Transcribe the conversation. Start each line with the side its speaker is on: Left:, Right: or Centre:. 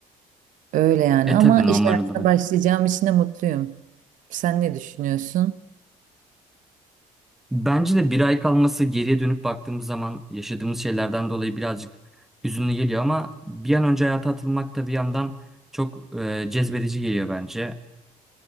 Right: Öyle yani
Centre: E
Right: ama
Centre: tabii normal
Right: iş hayatına
Centre: olarak.
Right: başlayacağım için de mutluyum. Sen ne düşünüyorsun?
Centre: Bence de bir ay kalması geriye dönüp baktığımız zaman yaşadığımız şeylerden dolayı birazcık hüzünlü geliyor ama bir an önce hayata atılmak da bir yandan çok e, cezbedici geliyor bence.